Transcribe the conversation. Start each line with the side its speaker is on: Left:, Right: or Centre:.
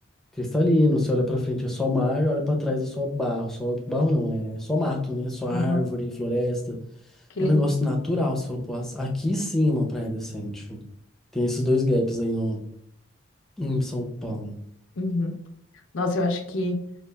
Centre: cristalino, você olha pra frente é só mar, olha pra trás é só barro, só barro não, é só mato, né? Só árvore,
Left: aham.
Centre: floresta.
Left: Que
Centre: É
Left: lindo.
Centre: um negócio natural, você fala, pô, as- aqui sim é uma praia decente. Tem esses dois gaps aí no, em São Paulo.
Left: Uhum. Nossa, eu acho que